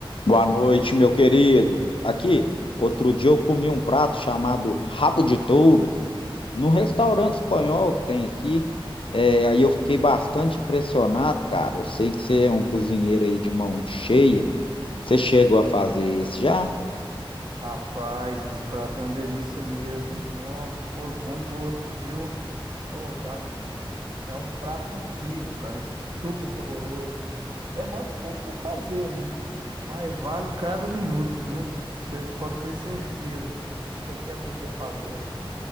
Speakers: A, on the left; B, on the right.
A: Boa noite, meu querido. Aqui, outro dia eu comi um prato chamado rabo de touro num restaurante espanhol que tem aqui. É, aí eu fiquei bastante impressionado, cara. Eu sei que você é um cozinheiro aí de mão cheia. Você chegou a fazer isso já?
B: Rapaz, esse prato é uma delícia mesmo. Nó, ô, bom gosto, viu? Ô, já assim, é um prato incrível, cara. Super saboroso. Demora um pouco para fazer, né? Mas vale cada minuto, viu? Você pode ter certeza. Você quer aprender a fazer?